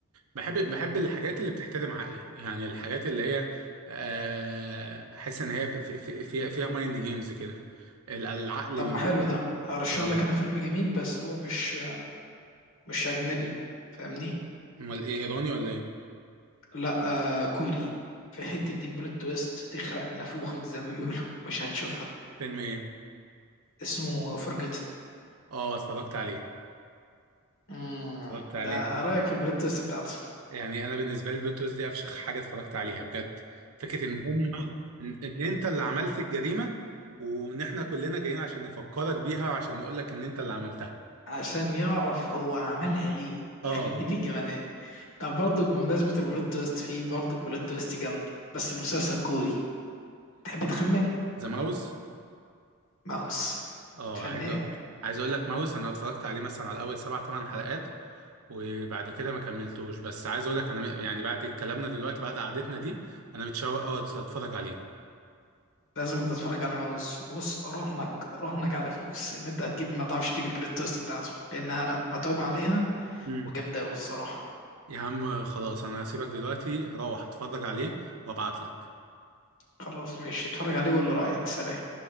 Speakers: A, on the right (about 70°); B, on the left (about 60°).
A: بحب بحب الحاجات اللي بتحترم عقلي يعني الحاجات اللي هي آه، احس ان هي ب- في- في- فيها فيها مايند جيمز كده ال- العقل
B: طب
A: بي
B: ما حلو ده ارشح
A: اه
B: لك انا فيلم جميل بس هو مش مش اجنبي فاهمني
A: امال ايه ايراني ولا ايه
B: لا آه كوري في حته دين بلوت تويست تخرق نافوخك زي ما بيقولوا مش هتشوفها
A: فيلم ايه
B: اسمه فرجتن
A: اه اتفرجت عليه
B: امم
A: اتفرجت
B: ده
A: عليه
B: رايك في البلوت تويست بتاعته
A: يعني انا بالنسبه لي البلوتوث دي افشخ حاجه اتفرجت عليها بجد فكره ان هم ان إن انت اللي عملت الجريمه وان احنا كلنا جايين عشان نفكرك بيها وعشان نقول لك ان انت اللي عملتها
B: عشان يعرف هو عملها ليه
A: اه
B: يخرب بيت الجمدان طب برضك بمناسبة البلوت تويست فيه برضك بلوت تويست جامدة بس المسلسل كوري تحب تخمنه
A: ذا ماوس
B: ماوس
A: اه
B: فنان
A: عايز أقول- عايز اقول لك ماوس انا اتفرجت عليه مثلا على اول سبع ثمان حلقات وبعد كده ما كملتوش بس عايز اقول لك انا م- يعني بعد كلامنا دلوقتي بعد قعدتنا دي انا متشوق قوي اتفرج عليه
B: لازم تتفرج على ماوس وبص اراهنك اراهنك على فلوس ان انت هتجيب ما تعرفش تجيب البلوت توست بتاعته لانها لا متعوب عليها
A: امم
B: وجامده قوي الصراحه
A: يا عم خلاص انا هسيبك دلوقتي هروح اتفرج عليه وابعت لك
B: خلاص ماشي اتفرج عليه وقول له رايك سلام